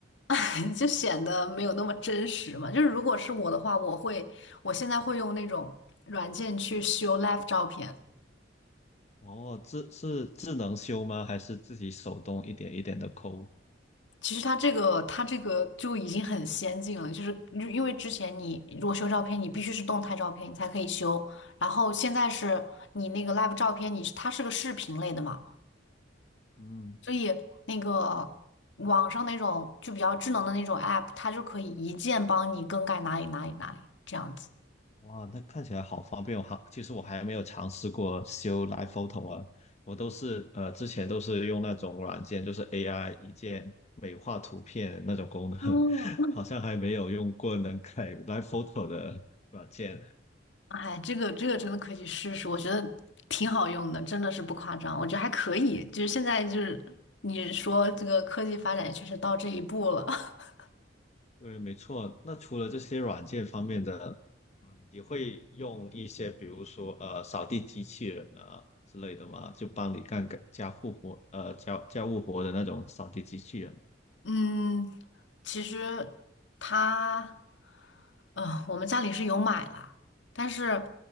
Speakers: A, on the left; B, on the left.
A: <laughs> 就显得没有那么真实嘛？就是如果是我的话，我会，我现在会用那种软件去修 live 照片。
B: 哦，智是智能修吗？还是自己手动一点一点的抠？
A: 其实它这个它这个就已经很先进了，就是因因为之前你如果修照片，你必须是动态照片你才可以修，然后现在是你那个 live 照片，你是它是个视频类的嘛，
B: 嗯。
A: 所以那个网上那种就比较智能的那种 app，它就可以一键帮你更改哪里哪里哪里这样子。
B: 哇，那看起来好方便哦！哈，其实我还没有尝试过修 Live Photo 啊，我都是呃之前都是用那种软件，就是 AI 一键美化图片那种功能，
A: 哦，
B: <laughs> 好像还没有用过能改 Live Photo 的软件。
A: 哎，这个这个真的可以试试，我觉得挺好用的，真的是不夸张，我觉得还可以。就是现在就是你说这个科技发展也确实到这一步了。<laughs>
B: 对，没错。那除了这些软件方面的，嗯，你会用一些比如说呃扫地机器人啊之类的吗？就帮你干个家务活呃家家务活的那种扫地机器人，
A: 嗯，其实它，呃，我们家里是有买啦，但是